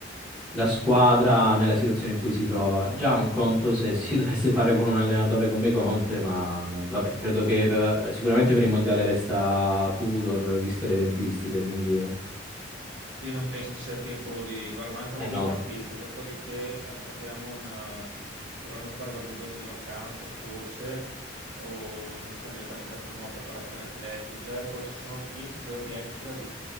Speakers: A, in the centre; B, on the right.
A: la squadra nella situazione in cui si trova. Già un conto se si <laughs> dovesse fare con un allenatore come Conte, ma eh, vabbè, credo che eh, vabbè, sicuramente per il Mondiale resta Tudor, viste le tempistiche, quindi... Eh
B: Sì, non penso ci sia tempo di... Guarda, mancano
A: eh
B: due
A: no.
B: partite, dopodiché ab- abbiamo una... dovranno fare qualche giorno di vacanza, forse, o iniziano direttamente la pre- nuova preparazione atletica, e poi ci sono dieci giorni extra